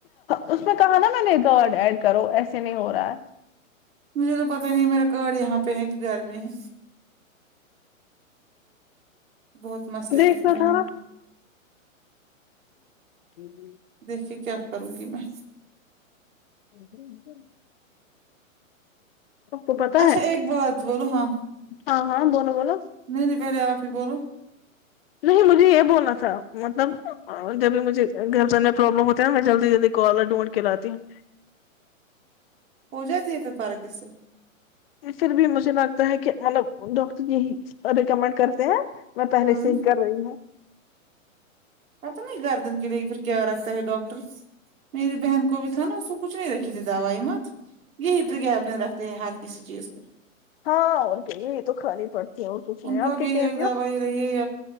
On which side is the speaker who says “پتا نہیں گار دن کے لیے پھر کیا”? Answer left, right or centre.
Right